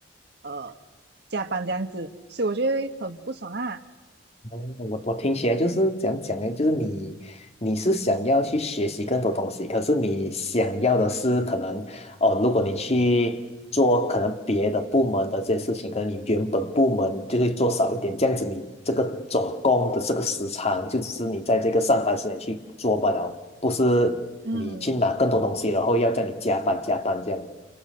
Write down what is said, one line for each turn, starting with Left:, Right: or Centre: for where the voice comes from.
Right: 呃加班这样子，所以我就会很不爽啊。
Left: 哦我我听起来就是怎样讲呢？就是你你是想要去学习更多东西，可是你想要的是可能哦，如果你去做可能别的部门的这些事情，可能你原本部门就会做少一点，这样子你这个总共的这个时长就只是你在这个上班时间去做罢了，不是你去拿更多东西，
Right: 嗯，
Left: 然后要叫你加班加班这样。